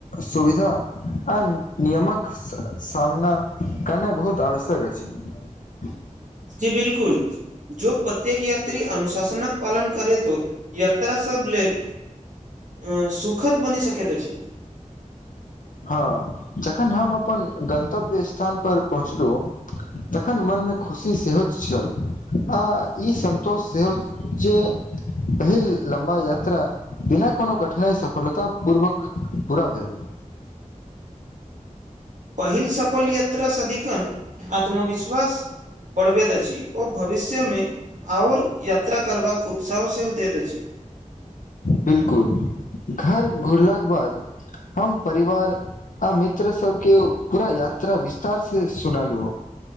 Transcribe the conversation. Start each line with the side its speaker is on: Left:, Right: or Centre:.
Left: सुविधा आ नियमक सामना करना बहुत आवश्यक अछि <inaudible>
Right: जी बिलकुल जो प्रत्येक यात्री अनुशासनकक पालन करे त यात्रा सब लेल अ सुखद बनी सकेत अछि
Left: हँ जखन हम अपन गन्तव्य स्थान पर पहुँचलहुँ तखन मनमे खुशी सेहो छल आ ई सन्तोष सेहो जे पहिल लम्बा यात्रा बिना कोनो कठिनाइ सफलतापूर्वक पूरा भेल
Right: पहिल सफल यात्रा सदिखन आत्मविश्वास बढ़बैत अछि ओ भविष्यमे आओर यात्रा करबाक उत्साह सेहो दैत अछि
Left: बिलकुल घर घुरलाक के बाद हम परिवार आ मित्र सबके पूरा या यात्रा विस्तार सँ सुुनालु